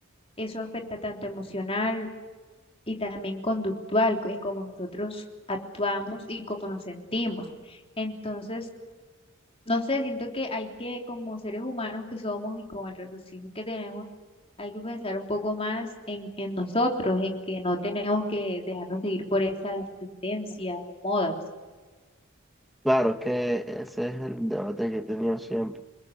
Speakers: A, on the left (about 30°); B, in the centre.
A: eso afecta tanto emocional y también conductual, co- en cómo nosotros actuamos y cómo nos sentimos. Entonces, no sé, siento que hay que, como seres humanos que somos y con el raciocinio que tenemos, hay que pensar un poco más en, en nosotros, en que no tenemos que dejarnos seguir por esas tendencias o modas.
B: Claro que ese es el debate que he tenido siempre.